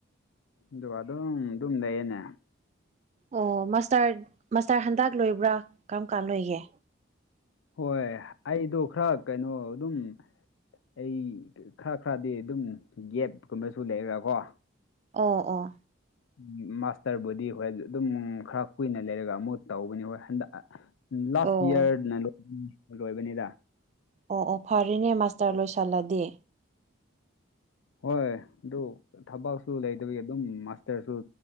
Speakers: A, on the left; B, on the right.
A: ꯑꯗꯨꯒ ꯑꯗꯨꯝ ꯗꯨꯝ ꯂꯩꯌꯦꯅꯦ
B: ꯑꯣ ꯃꯥꯁꯇꯔ ꯃꯥꯁꯇꯔ ꯍꯟꯗꯛ ꯂꯣꯏꯕ꯭ꯔꯥ ꯀꯔꯝ ꯀꯥꯟ ꯂꯣꯏꯒꯦ
A: ꯍꯣꯏ ꯑꯩꯗꯣ ꯈꯔ ꯀꯩꯅꯣ ꯑꯗꯨꯝ ꯑꯩ ꯈꯔ ꯈꯔꯗꯤ ꯑꯗꯨꯝ ꯒꯦꯞꯀꯨꯝꯕꯁꯨ ꯂꯩꯔꯥꯀꯣ
B: ꯑꯣ ꯑꯣ
A: <inaudible> ꯃꯥꯁꯇꯔꯕꯨꯗꯤ ꯍꯣꯏ ꯑꯗꯨꯝ ꯈꯔ ꯀꯨꯏꯅ ꯂꯩꯔꯒ ꯑꯃꯨꯛ ꯇꯧꯕꯅꯤ ꯍꯣꯏ ꯍꯟꯗꯛ ꯂꯥꯁ
B: ꯑꯣ
A: ꯏꯌꯔꯅ ꯂ ꯂꯣꯏꯕꯅꯤꯗ
B: ꯑꯣ ꯑꯣ ꯐꯔꯦꯅꯦ ꯃꯥꯁꯇꯔ ꯂꯣꯏꯁꯜꯂꯗꯤ
A: ꯍꯣꯏ ꯗꯨ ꯊꯕꯛꯁꯨ ꯂꯩꯗꯕꯤ ꯑꯗꯨꯝ ꯃꯥꯁꯇꯔꯁꯨ